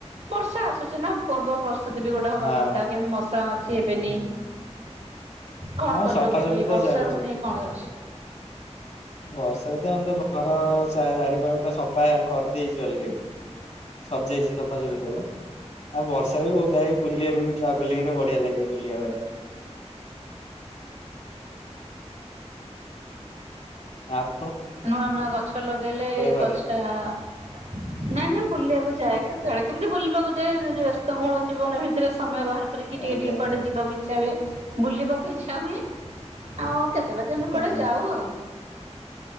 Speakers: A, on the right; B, on the left.
A: ବର୍ଷା ଆସୁଛି ନା ପୂର୍ବ ପ ବସତି ବି ଗୋଟେ ହବା
B: ହଁ
A: ଦରକାର କେମିତି ମଶା ଅଛି ହେବେନି।
B: ହୁଁ।
A: କଣ
B: ହଁ
A: କରିବାକୁ
B: ସଫାସଫି
A: ସବୁ ଇଏ
B: ତ
A: ବର୍ଷା
B: ଚାଲିଛି
A: ଋତୁକୁ ନେଇ କଣ ଯାଉଛି।
B: ବର୍ଷା ଋତୁ ଆମେ ତ ଘର ଚା ଚାରିପାଖ ପୁରା ସଫା କରିଦେଇଛି ଅଲରେଡି। ସଯେଇଛି ସଫାସଫି ସବୁ ଆଉ ବର୍ଷା ବି ବୋଧେ ବୁଲିବାକୁ। ଟ୍ରାଭେଲିଙ୍ଗ ରେ ବଢିଆ ଲାଗେ ବୁଲିବା ପାଇଁ। ଆ।
A: ନୂଆ ନୂଆ ଗଛ ଲଗେଇଲେ
B: ଘରେ?
A: କଛା ନାଇଁ ନାଇଁ ବୁଲିବାକୁ ଯାଏ କେତେବେଳେ କେମିତି ବୁଲିବାକୁ ଯାଏ ଯ ବ୍ୟସ୍ତ ବହୁଳ ଜୀବନ ଭିତରେ ସମୟ ବାହାର। କରିକି ଟିକେ
B: ଆଜ୍ଞା
A: ଟିକେ କୁଆଡେ ଆ ଯିବାକୁ ଇଚ୍ଛା ହୁଏ। ବୁଲିବାକୁ ଇଚ୍ଛା ହୁଏ ଆଉ କେତେବେଳେ ଯେମୁ
B: ଆଜ୍ଞା
A: କୁଆଡେ ଯାଉ ଆଉ?